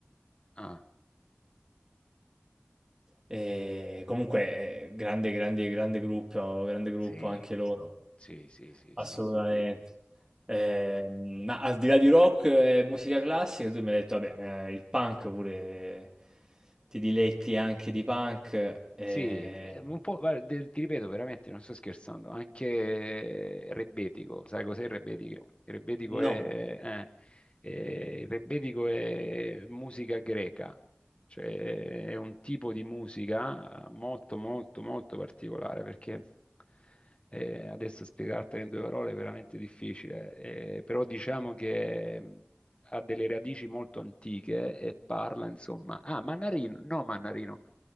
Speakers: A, on the left (about 25°); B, on the right (about 15°).
A: Ah,
B: E comunque, eh, grande, grande, grande gruppo, grande gruppo
A: sì,
B: anche loro.
A: sì, sì, sì,
B: Assolutamente.
A: sì.
B: Ehm, ma al di là di rock e musica classica, tu mi hai detto, vabbè, eh, il punk pure ti diletti anche di punk. eh,
A: Sì, eh, un po', guarda, te- ti ripeto veramente, non sto scherzando, anche Rebetico, sai cos'è il Rebetico? Il Rebetico
B: no,
A: è, eh, eh, il Rebetico è musica greca, cioè è un tipo di musica molto molto molto particolare, perché eh, adesso spiegartela in due parole è veramente difficile, eh, però diciamo che mh, ha delle radici molto antiche e parla insomma... Ah, Mannarino, no Mannarino.